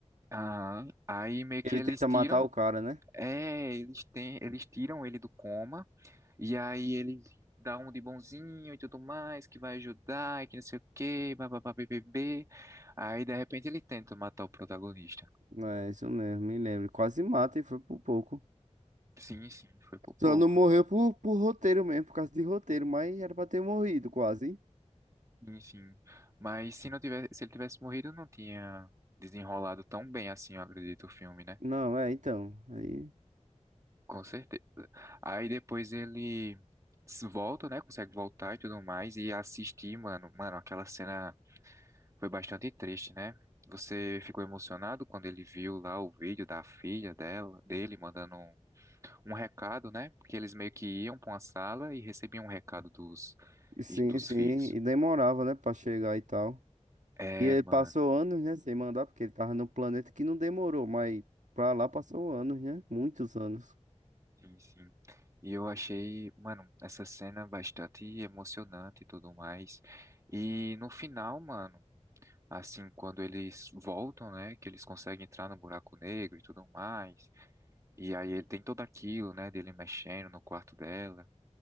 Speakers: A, on the right; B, on the right.
A: Ah, aí meio que
B: Ele
A: eles
B: tenta
A: tiram,
B: matar o cara, né?
A: é, eles têm, eles tiram ele do coma e aí ele dá um de bonzinho e tudo mais que vai ajudar e que não sei o quê, bababá, bbb. Aí de repente ele tenta matar o protagonista.
B: É, isso mesmo, me lembro. Quase mata e foi por pouco.
A: Sim, sim, foi por pouco.
B: Só não morreu por, por roteiro mesmo, por causa de roteiro, mas era pra ter morrido quase. hein?
A: Sim, sim. Mas se não tivesse, se ele tivesse morrido, não tinha desenrolado tão bem assim, eu acredito, o filme, né?
B: Não, é, então. Aí,
A: Com certeza. Aí depois ele s- volta, né? Consegue voltar e tudo mais. E assistir, mano. Mano, aquela cena foi bastante triste, né? Você ficou emocionado quando ele viu lá o vídeo da filha dela, dele mandando um, um recado, né? Porque eles meio que iam pra uma sala e recebiam um recado dos,
B: sim,
A: e- dos
B: sim.
A: filhos.
B: E demorava, né, pra chegar e tal.
A: É,
B: E ele
A: mano.
B: passou anos, né, sem mandar, porque ele tava no planeta que não demorou, mas pra lá passou anos, né? Muitos anos.
A: Sim, sim. E eu achei, mano, essa cena bastante emocionante e tudo mais. E no final, mano, assim, quando eles voltam, né, que eles conseguem entrar no buraco negro e tudo mais. E aí ele tem todo aquilo, né, dele mexendo no quarto dela.